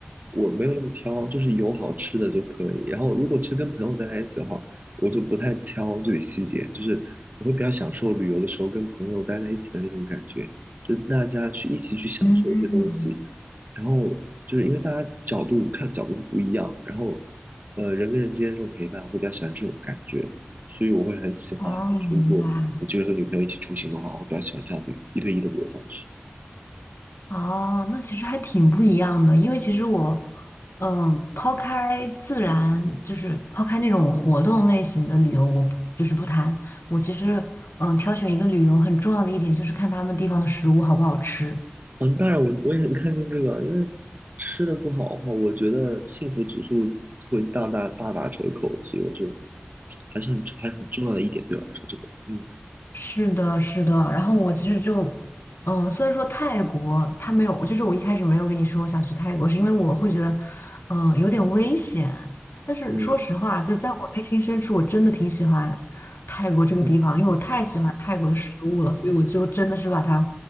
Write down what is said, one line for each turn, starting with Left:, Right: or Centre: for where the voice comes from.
Right: 我没有那么挑，就是有好吃的就可以。然后如果其实跟朋友待在一起的话，我就不太挑这个细节，就是我会比较享受旅游的时候跟朋友待在一起的那种感觉，就是大家去一起去享受一些东西。
Left: 嗯，
Right: 然后就是因为大家角度看角度会不一样，然后呃人跟人之间这种陪伴，会比较喜欢这种感觉，所以我会很喜欢，
Left: 哦，
Right: 就是如果我就是和女朋友一起出行的话，
Left: 明白。
Right: 我会比较喜欢这样的一对一的旅游方式。
Left: 哦，那其实还挺不一样的，因为其实我，嗯，抛开自然，就是抛开那种活动类型的旅游，我不就是不谈。我其实，嗯，挑选一个旅游很重要的一点就是看他们地方的食物好不好吃。
Right: 嗯，当然我我也很看重这个，因为吃的不好的话，我觉得幸福指数会大大大打折扣，所以我就还是很还是很重要的一点对我来说，这个嗯
Left: 是的，是的。然后我其实就，嗯，虽然说泰国它没有，就是我一开始没有跟你说我想去泰国，是因为我会觉得，嗯，有点危险。但是说实话，
Right: 嗯
Left: 就在我内心深处，我真的挺喜欢泰国这个地方，
Right: 嗯
Left: 因为我太喜欢泰国的食物了，所以我就真的是把它